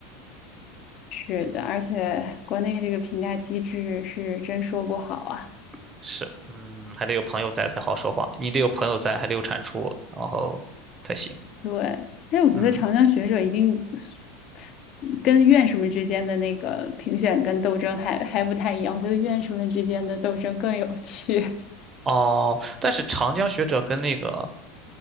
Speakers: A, on the left; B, on the right.
A: 是的，而且国内这个评价机制是真说不好啊。
B: <laughs> 是，嗯，还得有朋友在才好说话，你得有朋友在，还得有产出，然后才行。
A: 对，哎，我觉得长江学者一定是
B: 嗯，
A: 跟院士们之间的那个评选跟斗争还还不太一样，我觉得院士们之间的斗争更有趣。<laughs>
B: 哦，但是长江学者跟那个